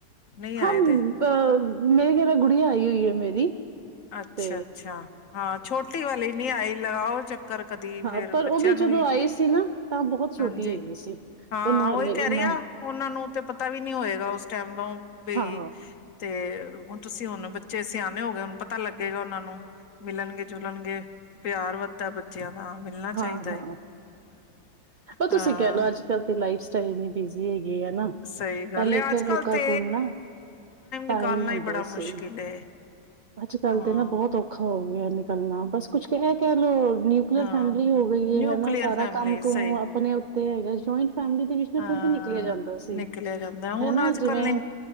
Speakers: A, on the left (about 60°); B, on the right (about 60°).
A: ਨਹੀਂ ਆਏ
B: ਹਾਂ
A: ਦੇ
B: ਅ ਮੇਰੇ ਘਰ ਗੁੜੀ ਆਈ ਹੋਈ ਹੈ ਮੇਰੀ
A: ਅੱਛਾ
B: ਤੇ
A: ਅੱਛਾ ਹਾਂ ਛੋਟੀ ਵਾਲੀ ਨੀ ਆਈ ਲਗਾਓ ਚੱਕਰ ਕਦੀ
B: ਹਾਂ
A: ਫੇਰ
B: ਪਰ
A: ਬੱਚਿਆਂ
B: ਉਹ
A: ਨੂੰ
B: ਜਦੋਂ
A: ਵੀ
B: ਆਏ ਸੀ ਨਾ ਤਾਂ ਬਹੁਤ ਛੋਟੀ
A: ਹਾਂਜੀ
B: ਹੈਗੀ ਸੀ।
A: ਹਾਂ
B: ਉਹਨੂੰ
A: ਉਹੀ
B: ਹਲੇ
A: ਕਹਿ
B: ਇੰਨਾ
A: ਰ ਆ ਉਹਨਾਂ ਨੂੰ ਤੇ ਪਤਾ ਵੀ ਨੀ ਹੋਏਗਾ ਉਸ ਟਾਈਮ <unintelligible> ਤੇ
B: ਹਾਂ
A: ਤੇ ਹੁਣ ਤੁਸੀਂ ਹੁਣ ਬੱਚੇ ਸਿਆਣੇ ਹੋ ਗਏ ਹੁਣ ਪਤਾ ਲੱਗੇਗਾ ਉਹਨਾਂ ਨੂੰ ਮਿਲਣਗੇ ਜੁਲਣਗੇ ਪਿਆਰ ਵੱਧਦਾ ਬੱਚਿਆਂ ਦਾ ਮਿਲਣਾ ਚਾਹੀਦਾ
B: ਹਾਂ ਹਾਂ
A: ਹੈ
B: ਉਹ ਤੁਸੀਂ
A: ਹਾਂ
B: ਕਹਿ ਲਓ ਅੱਜ ਕੱਲ੍ਹ ਤੇ ਲਾਈਫ ਸਟਾਈਲ ਇੰਨੀ ਬਿਜ਼ੀ ਹੈਗੀ ਨਾ
A: ਸਹੀ ਗੱਲ
B: ਪਹਿਲੇ
A: ਹੈ ਅੱਜ
B: ਫੇਰ
A: ਕੱਲ
B: ਲੋਕਾਂ
A: ਤੇ
B: ਕੋਲ ਨਾ ਟਾਈਮ
A: ਨਿਕਾਲਣਾ
B: ਹੁੰਦਾ
A: ਹੀ ਬੜਾ
B: ਸੀ
A: ਮੁਸ਼ਕਿਲ ਹੈ
B: ਅੱਜ ਕੱਲ
A: ਹਾਂ
B: ਤੇ ਨਾ ਬਹੁਤ ਔਖਾ ਹੋ ਗਿਆ ਨਿਕਲਣਾ ਬਸ ਕੁਛ ਕਹਿ ਕਹਿ ਲੋਓ ਨਿਊਕਲੀਅਰ
A: ਹਾਂ
B: ਫੈਮਿਲੀ ਹੋ ਗਈ
A: ਨਿਊਕਲੀਅਰ
B: ਹੈ ਹਨਾ ਸਾਰਾ
A: ਫੈਮਲੀ
B: ਕੰਮ ਕੁਮ
A: ਸਹੀ
B: ਆਪਣੇ ਉੱਤੇ ਹੈਗਾ ਜੁਆਇੰਟ ਫੈਮਿਲੀ ਵਿੱਚ ਨਾ
A: ਹਾਂ
B: ਫਿਰ ਵੀ ਨਿਕਲਿਆ ਜਾਂਦਾ ਸੀ
A: ਨਿਕਲਿਆ ਜਾਂਦਾ ਹੁਣ
B: ਹਨਾ
A: ਅੱਜ
B: ਜਿਵੇਂ
A: ਕੱਲ ਨੇ